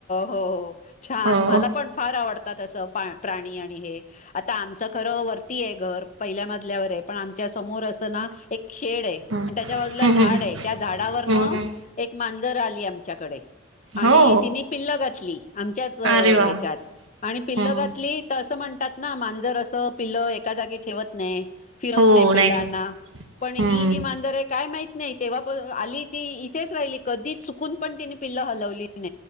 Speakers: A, on the left; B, on the right.
A: हो हो छान
B: हो
A: मला पण फार आवडतात असं प्राणी आणि हे आता आमच खर वरती आहे घर पहिल्या मजल्यावर हे पण आमच्या समोर अस ना एक शेड आहे
B: हम्म
A: त्याच्या बाजूला एक झाड आहे त्या झाडावर
B: हम्म
A: एक मा जर आली आमच्याकडे आणि
B: हो
A: तिने पिल्लं घातली. आमच्याच ह्याच्यात
B: अरे वा
A: आणि पिल्लं
B: हम्म.
A: घातली तर असं म्हण ना मांजर असं पिल्लं एका जागी ठेवत नाही. फिरवते
B: हो
A: पिलांना
B: नाही ठेवत.
A: पण ही
B: हम्म.
A: जी मांजरे काय माहिती नाही तेव्हा प आली ती इथेच राहिली कधी चुकून पण तिने पिल्लांना हलवली नाही. नाय पण